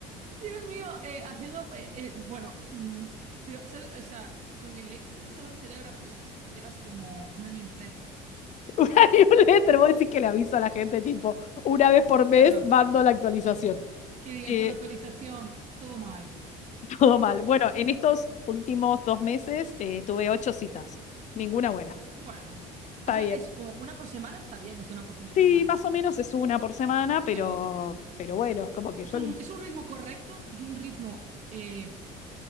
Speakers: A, on the right; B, on the left.
A: Dios mío, eh, haciendo, eh, eh, bueno, mm, pero, ¿sabes? o sea, con el Excel solo que sería gracioso es que hicieras como una newsletter.
B: <laughs> Una newsletter, vos decís que le aviso a la gente, tipo, una vez por mes
A: Claro,
B: mando la actualización.
A: que digas,
B: Eh,
A: bueno, actualización, todo mal.
B: <laughs> todo mal. Bueno, en estos últimos dos meses eh, tuve ocho citas, ninguna buena.
A: Bueno,
B: Está
A: o sea,
B: bien.
A: es como una por semana está bien, o sea, una por fin de
B: Sí,
A: semana.
B: más o menos es una por semana,
A: Sí.
B: pero, pero bueno, es como que
A: Es
B: yo
A: un,
B: le
A: es un ritmo correcto y un ritmo eh,